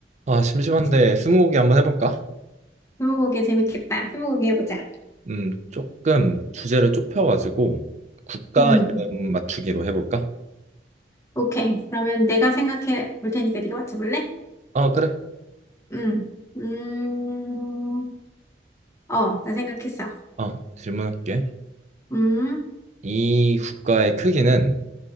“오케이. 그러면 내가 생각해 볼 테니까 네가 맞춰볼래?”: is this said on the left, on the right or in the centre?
Left